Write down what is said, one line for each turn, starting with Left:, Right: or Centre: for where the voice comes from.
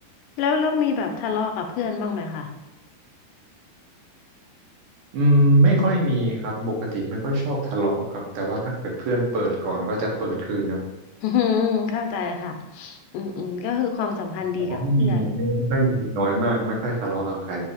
Left: แล้วแล้วมีแบบทะเลาะกับเพื่อนบ้างไหมคะ
Right: อืมไม่ค่อยมีครับปกติไม่ค่อยชอบทะเลาะครับแต่ว่าถ้าเกิดเพื่อนเปิดก่อนก็จะเปิดคืนนะ
Left: อืมเข้าใจค่ะอืมอืมก็คือความสัมพันธ์ดีกับเพื่อน
Right: แต่ว่าไม่มีไม่ไม่ค่อยมีน้อยมากไม่ค่อยทะเลาะกับใคร